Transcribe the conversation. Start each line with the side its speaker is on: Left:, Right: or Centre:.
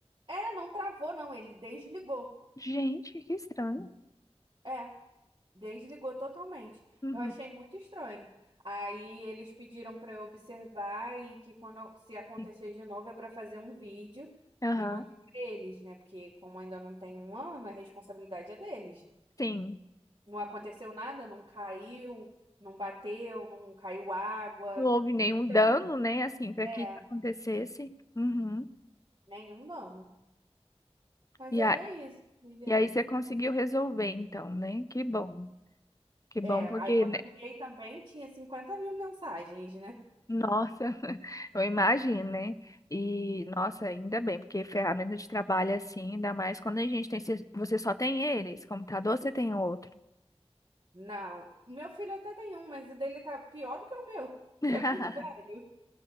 Right: é, não travou, não, ele desligou.
Left: Gente, que estranho.
Right: É. Desligou totalmente.
Left: Uhum.
Right: Eu achei muito estranho. Aí eles pediram para eu observar e que quando se acontecer
Left: Sim.
Right: de novo é para fazer um vídeo
Left: Aham.
Right: e mandar para eles, né? Porque como ainda não tem um ano, a responsabilidade é deles.
Left: Sim.
Right: Não aconteceu nada, não caiu, não bateu, não caiu água.
Left: não houve nenhum
Right: Eu tenho,
Left: dano, né? Assim, para
Right: é,
Left: que isso acontecesse. Uhum.
Right: nenhum dano. Mas
Left: E,
Right: aí
Left: a,
Right: é isso, entendeu?
Left: e aí você conseguiu resolver, então, né? Que bom. Que
Right: É,
Left: bom, porque,
Right: aí quando
Left: né?
Right: eu liguei também tinha cinquenta mil mensagens, né?
Left: Nossa, <laughs> eu imagino, né? E, nossa, ainda bem, porque ferramenta de trabalho assim, ainda mais quando a gente tem. se- Você só tem eles, computador você tem outro.
Right: Não, o meu filho até tem um, mas o dele tá pior do que o meu,
Left: <laughs>
Right: que é muito velho.